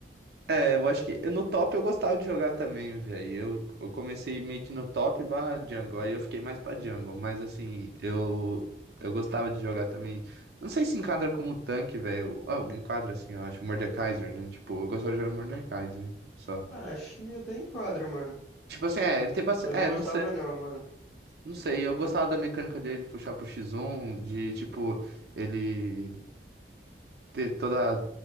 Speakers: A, on the right; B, on the left.
A: É, eu acho que no top eu gostava de jogar também, velho. Eu, eu comecei meio que no top barra jungle, aí eu fiquei mais pra jungle, mas assim, eu, eu gostava de jogar também. Não sei se enquadra como tanque, velho. Ah, enquadra assim, eu acho. Mordekaiser, né? Tipo, eu gostava de jogar Mordekaiser, só.
B: Ah, acho que até enquadra, mano.
A: Tipo assim, é, tem bastante.
B: Eu não
A: É,
B: gostava
A: não sei,
B: não, mano.
A: não sei. Eu gostava da mecânica dele de puxar pro X1, de tipo, ele. ter toda,